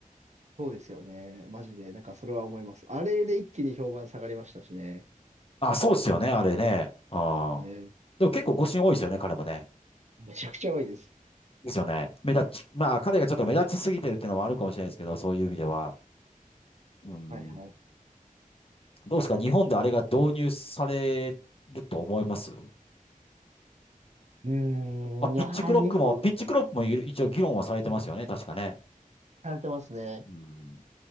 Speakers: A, on the right (about 50°); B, on the left (about 40°).
A: そうですよね。マジで、なんかそれは思います。あれで一気に評判下がりましたしね。
B: あ、そうですよね、あれね。あでも結構誤審多いですよね、
A: ね。
B: 彼もね。
A: めちゃくちゃ多いです。
B: ですよね。目立ち、まあ彼がちょっと目立ちすぎてるっていうのもあるかもしれないですけど、そういう意味では。うん。
A: はいはい。
B: どうですか、日本であれが導入されると思いますま
A: うーん、
B: あ、ピッチクロックも、
A: いやー、日本、
B: ピッチクロックも一応議論はされてますよね、確かね。
A: されてますね。
B: うん。